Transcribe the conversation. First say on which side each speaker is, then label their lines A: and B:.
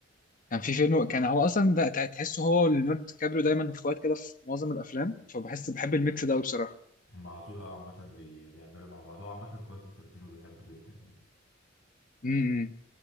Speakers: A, on the left (about 45°); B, on the left (about 60°).
A: كان في فيلم كان هو اصلا ده تع- تحسه هو وليوناردو دي كابريو دايما اخوات كده في معظم الافلام فبحس بحب الميكس ده أوي بصراحه
B: هم على طول اه عامة بي- بيعملوا مع بعض هو عامة كوانتين ترنتينو بيحبه جدا يعني
A: امم